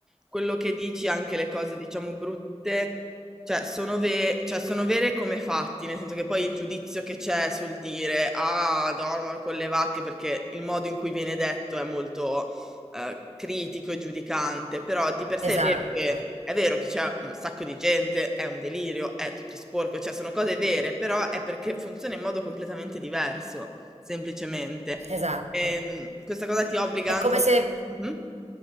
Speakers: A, in the centre; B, on the right (about 80°).
A: quello che dici, anche le cose diciamo brutte, cioè sono, ve- cioè, sono vere come fatti, nel senso che poi il giudizio che c'è sul dire ah, dormo con le vacche perché il modo in cui viene detto è molto eh, critico e giudicante, però di per sé
B: Esatto,
A: è vero che è vero che c'è un sacco di gente, è un delirio, è tutto sporco, cioè sono cose vere, però è perché funziona in modo completamente diverso, semplicemente.
B: esatto.
A: Ehm, questa cosa ti obbliga
B: È
A: anche
B: come
A: a...
B: se
A: Mhm.